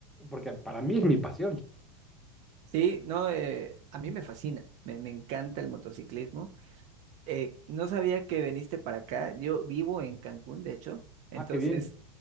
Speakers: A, in the centre; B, on the right.
A: porque para mí es mi pasión.
B: Sí, no, eh, a mí me fascina, me, me encanta el motociclismo. Eh, no sabía que veniste para acá. Yo vivo en Cancún, de hecho. Entonces,
A: Ah, qué bien.